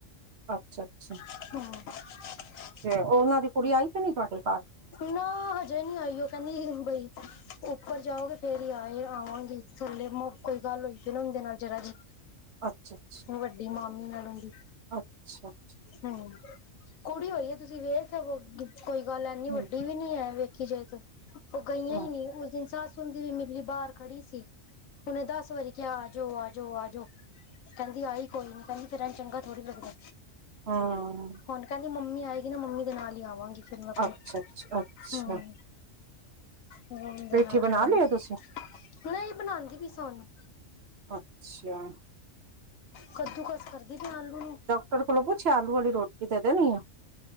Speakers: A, on the right; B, on the left.
A: ਅੱਛਾ ਅੱਛਾ
B: ਹੂੰ
A: ਤੇ ਉਨਾਂ ਦੀ ਕੁੜੀ ਆਈ ਤੇ ਨੀ ਤੁਆਡੇ।
B: ਨਾ ਹਜ- ਅਜੇ ਨੀ ਆਈ ਓ। ਓ ਕੇਂਦੀ ਬਈ ਉੱਪਰ ਜਾਓਗੇ ਫੇਰ ਈ ਆਏ ਆਵਾਂਗੀ। ਲੇ ਮੁਕ ਕੋਈ ਗੱਲ ਹੋਈ ਸੀ ਨਾ ਓਦੇ ਨਾਲ ਜਰਾ ਜੀ।
A: ਅੱਛਾ-ਅੱਛਾ,
B: ਵੱਡੀ ਮਾਮੀ ਨਾਲ ਦੀ।
A: ਅੱਛਾ ਅੱਛਾ
B: ਹੂੰਅ ਕੁੜੀ ਹੋਈ ਏ ਤੁਸੀਂ ਵੇਖ ਅਵੋ। ਕੋਈ ਗੱਲ ਐਨੀ ਵੱਡੀ
A: ਹੂੰ,
B: ਵੀ ਨੀ ਹੈ ਵੇਖ- ਕਿਦੇ ਤੋਂ ਓ ਗਈਆਂ
A: ਹੂੰ।
B: ਈ ਨੀ ਉਸ ਦਿਨ ਸੱਸ ਊਂਦੀ ਮਿਲੀ ਬਾਰ ਖੜੀ ਸੀ। ਉਨੇ ਦੱਸ ਵਰੀ ਕਿਆ ਆ ਜਾਓ-ਆ ਜਾਓ -ਆ ਜਾਓ। ਕੇਂਦੀ ਆਈ ਕੋਈ ਨਾ। ਕੇਂਦੀ ਫੇਰ ਏਂਜ ਚੰਗਾ ਥੋੜ੍ਹੀ ਲੱਗਦਾ।
A: ਹਾਂ
B: ਹੁਣ ਕੇਂਦੀ ਮੰਮੀ ਆਏਗੀ ਨਾ ਮੰਮੀ ਦੇ ਨਾਲ ਈ ਆਵਾਂਗੀ ਫੇਰ ਮੈਂ ਓਥੋਂ।
A: ਅੱਛਾ ਅੱਛਾ ਅੱਛਾ
B: ਹੂੰ ਮੰਮੀ ਦੇ
A: ਪੇਠੀ
B: ਨਾਲ
A: ਬਣਾ
B: ਈ ਆਏਗੀ।
A: ਲਈ ਏ ਤੁਸੀਂ?
B: ਮੈਂ ਵੀ ਬਣਾਂਦੀ ਪਈ ਸਾ ਹੁਣ।
A: ਅੱਛਾ
B: ਕੱਦੂ ਕਸ ਕਰਦੀ ਪੀਆ ਆਲੂ ਨੂੰ।
A: ਓਦੇ ਕੋਲੋਂ ਪੁੱਛਿਆ ਆਲੂ ਅਲੀ ਰੋਟੀ ਦੇ ਦੇਣੀ ਐ।